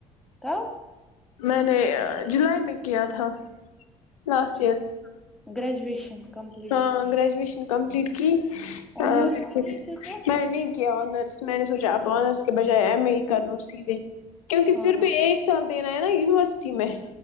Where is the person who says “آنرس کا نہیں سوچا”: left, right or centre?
Centre